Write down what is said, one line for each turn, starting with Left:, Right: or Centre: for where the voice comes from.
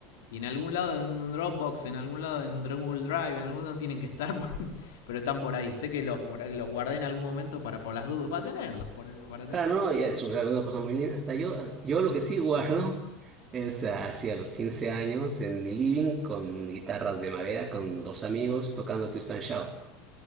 Left: Y en algún lado, en un Dropbox, en algún lado, en Google Drive, en algún lado tienen que estar, <laughs> por- pero están por ahí. Sé que los, guar- los guardé en algún momento para por las dudas, para tenerlos, por- para tenerlos.
Right: Ah, no, ya es una, una cosa muy linda. Hasta yo, ah, yo lo que sí guardo <laughs> es ah, hacia los 15 años en mi living con guitarras de madera, con dos amigos tocando Twist and Shout.